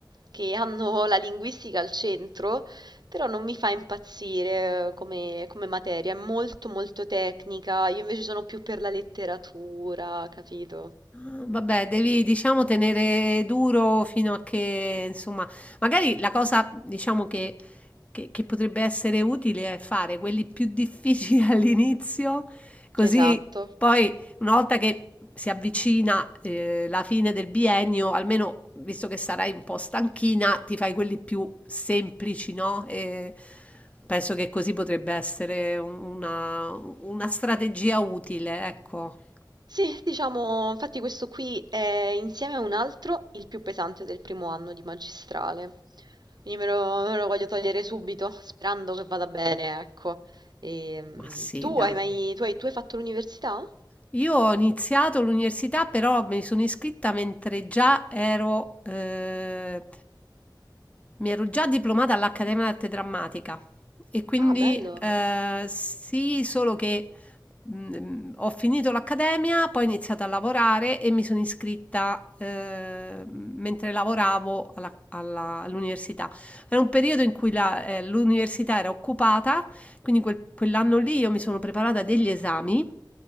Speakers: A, on the right; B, on the left.
A: che hanno la linguistica al centro, però non mi fa impazzire eh, come, come materia, è molto molto tecnica, io invece sono più per la letteratura, capito?
B: Ah, Vabbè, devi, diciamo, tenere duro fino a che, insomma, magari la cosa, diciamo, che, che- che potrebbe essere utile è fare quelli più difficili <laughs> all'inizio, così
A: Esatto.
B: poi una volta che si avvicina, eh, la fine del biennio, almeno visto che sarai un po' stanchina, ti fai quelli più semplici, no? E penso che così potrebbe essere un- una, una strategia utile, ecco.
A: Sì, diciamo, infatti questo qui è insieme a un altro il più pesante del primo anno di magistrale. Quindi me lo, me lo voglio togliere subito, sperando che vada bene, ecco. Ehm,
B: Ma sì,
A: tu
B: dai.
A: hai mai, tu hai, tu hai fatto l'università?
B: Io ho iniziato l'università, però mi sono iscritta mentre già ero, eh, mi ero già diplomata all'Accademia d'Arte Drammatica e quindi
A: Ah, bello.
B: eh, sì, solo che mh, ho finito l'accademia, poi ho iniziato a lavorare e mi sono iscritta eh, mentre lavoravo alla- alla- all'università. Era un periodo in cui la- eh, l'università era occupata quindi quel- quell'anno lì io mi sono preparata degli esami.